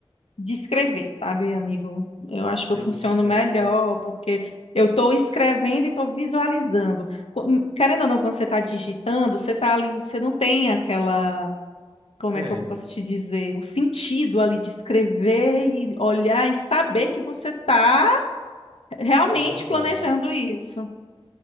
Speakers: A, on the left; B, on the right.
A: de escrever, sabe, amigo? Eu acho que eu
B: Eu
A: funciono
B: sou.
A: melhor porque eu estou escrevendo e estou visualizando. Co- Querendo ou não, quando você está digitando, você está ali, você não tem aquela, como
B: É,
A: é que eu posso te dizer, o sentido ali de escrever e olhar e saber que você está realmente
B: eu concordo.
A: planejando isso.